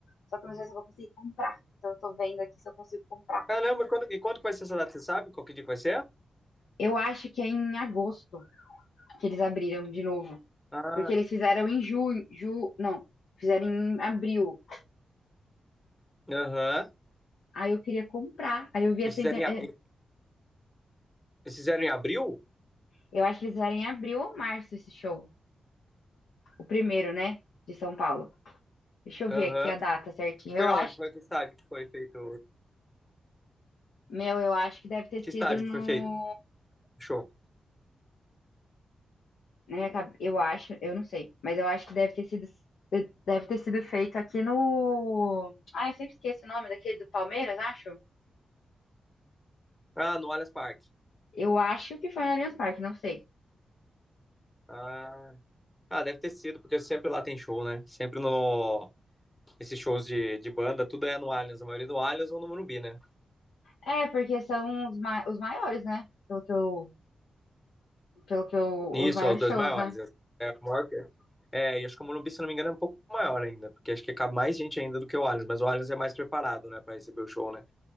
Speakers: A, on the left; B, on the left.
A: Só que eu não sei se eu vou conseguir comprar. Então eu tô vendo aqui se eu consigo comprar.
B: Caramba, quando, e quando que vai ser essa data? Você sabe qual que dia que vai ser?
A: Eu acho que é em agosto. que eles abriram de novo.
B: Ah.
A: Porque eles fizeram em junho, ju, não, fizeram em abril.
B: Aham.
A: Aí eu queria comprar. Aí eu vi essa
B: Eles fizeram
A: inter...
B: em, a-
A: é,
B: eles fizeram em abril?
A: Eu acho que eles fizeram em abril ou março esse show. O primeiro, né? De São Paulo. Deixa eu
B: Aham.
A: ver aqui a data certinha.
B: E foi
A: Eu
B: aonde?
A: acho,
B: Foi que estádio que foi feito?
A: meu, eu acho que deve ter sido
B: Que estádio
A: no.
B: que foi feito? o Show.
A: na minha cabe- Eu acho, eu não sei, mas eu acho que deve ter sido. Deve ter sido feito aqui no. Ah, eu sempre esqueço o nome daquele do Palmeiras, acho.
B: Ah, no Allianz Parque.
A: Eu acho que foi no Allianz Parque, não sei.
B: Ah. Ah, deve ter sido, porque sempre lá tem show, né? Sempre no, esses shows de, de banda, tudo é no Allianz, a maioria do Allianz ou no Morumbi, né?
A: É, porque são os, ma os maiores, né? Pelo que eu, pelo que eu,
B: Isso,
A: os maiores
B: é os dois
A: shows,
B: maiores.
A: né?
B: É, é, e acho que o Morumbi, se não me engano, é um pouco maior ainda, porque acho que cabe mais gente ainda do que o Allianz, mas o Allianz é mais preparado, né, para receber o show, né?